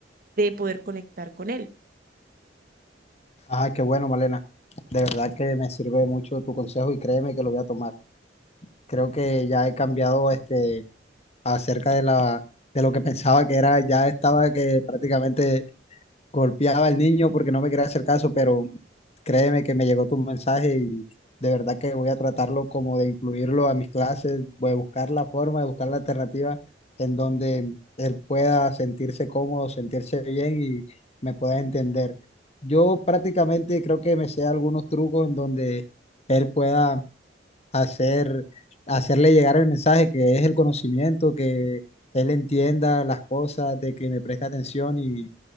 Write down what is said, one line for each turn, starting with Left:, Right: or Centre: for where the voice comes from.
Right: de poder conectar con él.
Left: Ah, qué bueno, Malena. De verdad que me sirve mucho tu consejo y créeme que lo voy a tomar. Creo que ya he cambiado este acerca de la de lo que pensaba que era, ya estaba que prácticamente golpeaba al niño porque no me quería hacer caso, pero créeme que me llegó tu mensaje y de verdad que voy a tratarlo como de incluirlo a mis clases, voy a buscar la forma, de buscar la alternativa en donde él pueda sentirse cómodo, sentirse bien y me pueda entender. Yo prácticamente creo que me sé algunos trucos en donde él pueda hacer, hacerle llegar el mensaje que es el conocimiento, que él entienda las cosas, de que me preste atención y